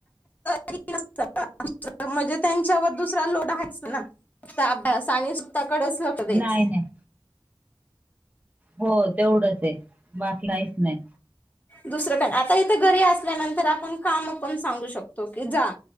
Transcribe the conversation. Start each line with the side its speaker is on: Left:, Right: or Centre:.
Left: <unintelligible> म्हणजे त्यांच्यावर दुसरा लोड आहेच ना. फक्त अभ्यास आणि स्वतः कडेच लक्ष द्यायचं.
Right: नाही - नाही. हो, तेवढंचय. बाकी काहीच नाही.
Left: दुसरं का नाही. आता इथं घरी असल्यानंतर, आपण काम पण सांगू शकतो की, जा